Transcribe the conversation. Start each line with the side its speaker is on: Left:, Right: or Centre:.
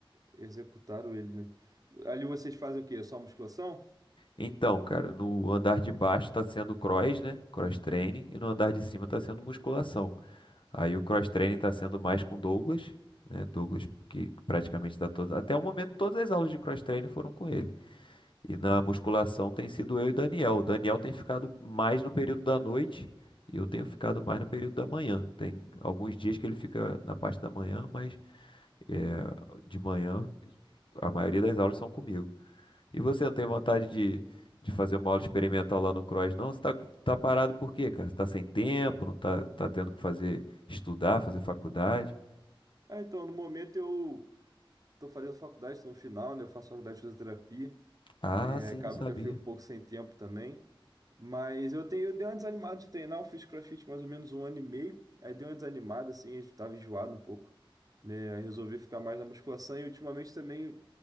Right: executaram ele, né? Ali vocês fazem o quê? É Só musculação?
Left: Então, cara, no andar de baixo tá sendo cross, né? Cross training. E no andar de cima tá sendo musculação. Aí o cross-training está sendo mais com Douglas, né? Douglas que praticamente dá todas, até o momento todas as aulas de cross-training foram com ele. E na musculação tem sido eu e o Daniel. O Daniel tem ficado mais no período da noite e eu tenho ficado mais no período da manhã. Tem alguns dias que ele fica na parte da manhã, mas é, de manhã a maioria das aulas são comigo. E você não tem vontade de, de fazer uma aula experimental lá no cross, não? Você tá, tá parado por quê, cara? Você tá sem tempo, não tá, tá tendo que fazer estudar, fazer faculdade?
Right: Ah, então, no momento eu tô fazendo faculdade, tô no final, né? Eu faço faculdade de fisioterapia.
Left: Ah,
Right: né?
Left: sim,
Right: Acaba
Left: não sabia.
Right: que eu fico um pouco sem tempo também. Mas eu tenho, eu dei uma desanimada de treinar, eu fiz CrossFit mais ou menos um ano e meio. Aí dei uma desanimada, assim, eu tava enjoado um pouco, né? Aí Resolvi ficar mais na musculação e ultimamente também